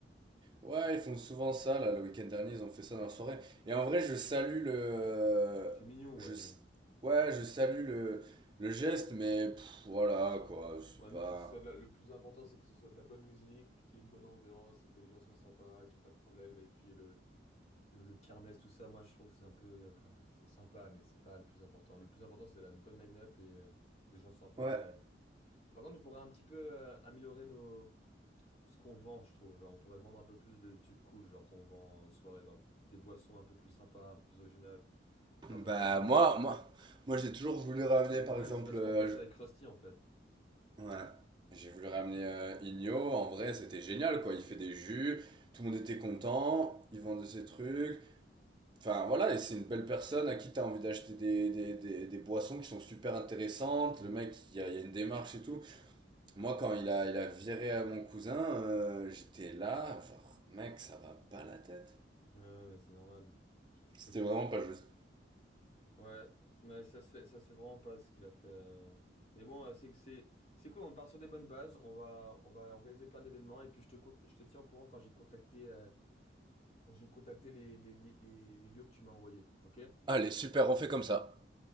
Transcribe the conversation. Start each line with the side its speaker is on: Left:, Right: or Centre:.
Right: Ouais, ils font souvent ça, là, le week-end dernier, ils ont fait ça dans la soirée. Et en vrai, je salue le...
Left: C'est mignon,
Right: Je...
Left: ouais,
Right: s-
Left: mais.
Right: Ouais, je salue le, le geste, mais pff, voilà, quoi, c'est
Left: Bah, nous,
Right: pas...
Left: faut que ce soit de la- le plus important, c'est que ce soit de la bonne musique, qu'il y ait une bonne ambiance, que les gens soient sympas, qu'il n'y ait pas de problème. Et puis le, le, le kermesse, tout ça, moi, je trouve que c'est un peu. euh, Enfin, c'est sympa, mais c'est pas le plus important. Le plus important, c'est la une bonne line-up et euh, des gens sympas.
Right: Ouais.
Left: Et... Par contre, on pourrait un petit peu euh, améliorer nos, ce qu'on vend, je trouve. Genre, on pourrait vendre un peu plus de trucs cool, genre qu'on vend en soirée, genre des boissons un peu plus sympas, un peu plus originales. Genre
Right: Bah,
Left: qu'on arrête de.
Right: moi, moi, moi j'ai toujours voulu ramener, par
Left: Ouais,
Right: exemple.
Left: mais c'est parce
Right: euh,
Left: qu'on bosse avec Krusty en fait.
Right: je- ouais. J'ai voulu ramener euh, Igno. En vrai, c'était génial, quoi. Il fait des jus, tout le monde était content, il vendait ses trucs. Enfin, voilà, et c'est une belle personne à qui t'as envie d'acheter des, des, des, des boissons qui sont super intéressantes.
Left: Mhm.
Right: Le mec, il y a, il y a une démarche et tout. Moi, quand il a, il a viré à mon cousin, euh, j'étais là, genre, mec, ça va pas la tête.
Left: Ouais, ouais, mais c'est normal. C'était.
Right: C'était vraiment
Left: c'est-
Right: pas juste.
Left: Ouais, mais ça se fait, ça se fait vraiment pas ce qu'il a fait. euh. Mais bon, euh, c'est que c'est c'est cool, on part sur des bonnes bases, on va, on va organiser plein d'événements et puis je te, cont- je te tiens au courant quand j'ai contacté, euh, quand j'ai contacté les, les, les, les- les lieux que tu m'as envoyés, ok?
Right: Allez, super, on fait comme ça.